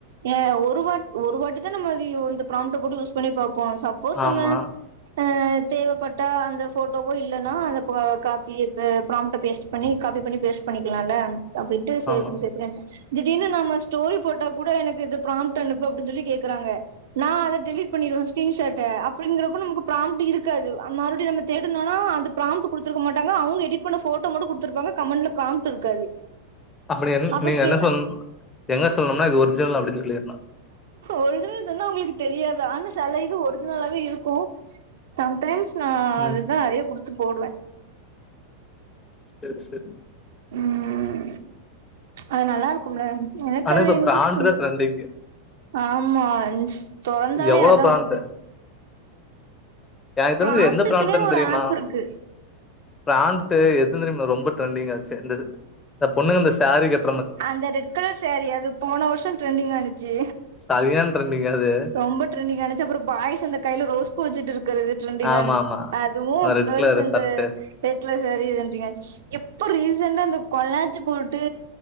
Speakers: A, on the right; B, on the left.
A: ய ஒரு வாட் ஒரு வாட்டி தா நம்ம அது இந்த பிராம்ட போட்டு யூஸ் பண்ணி பாப்போ சப் சப்போஸ்
B: ஆமா,
A: நம்ம அ தேவப்பட்டா அந்த ஃபோட்டோவோ இல்லன்னா அந்த காப்பி ப்ராம்ட பேஸ்ட் பண்ணி காப்பி பண்ணி பேஸ்ட் பண்ணிக்களால்ல அப்டிண்டு சேவ்
B: ஆமா.
A: பண்ணி சேவ் பண்ணி வச் திடீர்னு நம்ம ஸ்டோரி போட்டா கூட எனக்கு இது ப்ராம்டு அனுப்பு அப்டின் சொல்லி கேக்குறாங்க நா அத டெலிட் பண்ணிருவ ஸ்கிரீன் ஷாட்ட அப்டிங்கறப்ப நமக்கு ப்ராம்டு இருக்காது மறுபடி நம்ம தேடுனோனா அது ப்ராம்டு குடுத்துருக்க மாட்டாங்க அவுங்க எடிட் பண்ண ஃபோட்டோ மட்டும் குடுத்துருப்பாங்க கமண்ட்ல பிராம்ட்டு இருக்காது
B: அப்டி என்
A: அப்ப
B: நீங்க
A: கே
B: என்ன சொல் என்ன சொல்லணும்னா இது ஒரிஜினல் அப்டின்னு சொல்லிர்னு
A: ஒரிஜினல் சொன்னா அவுங்களுக்கு தெரியாதா ஆனா செல இது ஒரிஜினலாவே இருக்கு சம்டைம்ஸ் நா அதுதா
B: ம்
A: நெறைய குடுத்து போடுவ
B: சேரி சேரி
A: உம் அது நல்லா இருக்கும்ல்ல எனக்கு
B: ஆனா
A: அதுல
B: இப்ப
A: இன்ட்ரெஸ்ட்டு
B: ப்ராண்ட்
A: உண்டு
B: தான் ட்ரெண்டிங்கு.
A: ஆமா தொறந்தாலே
B: எவ்ளோ
A: அதான்
B: ப்ராண்ட்
A: வருது
B: எனக்கு தெரிஞ்சது
A: ப்ராம்ப்ட்டுக்குனே
B: எந்த பிராம்ட்டுன்
A: ஒரு
B: தெரியுமா
A: ஆப் இருக்கு
B: பிராம்ட்டு எது தெரியுமா ரொம்ப ட்ரெண்டிங் ஆச்சு இந்த இந்த பொண்ணு இந்த சாரீ கட்டுறது
A: அந்த ரெட் கலர் சேரீ அது போன வருஷம் ட்ரெண்டிங் ஆனுச்சு
B: சரியான ட்ரெண்டிங் அது
A: ரொம்ப ட்ரெண்டிங் ஆனுச்சு அப்புறம் பாயஸ் அந்த கையில ரோஸ் பூ வச்சுட்டு இருக்குறது ட்ரெண்டிங்
B: ஆமா,
A: ஆனது
B: ஆமா.
A: அதுவும்
B: அந்த ரெட்
A: கேர்ள்ஸ்
B: கலர்
A: அந்த
B: shirt
A: red colour sari trending ஆனுச்சி எப்ப ரீசண்டா இந்த கொலாஜ் போட்டு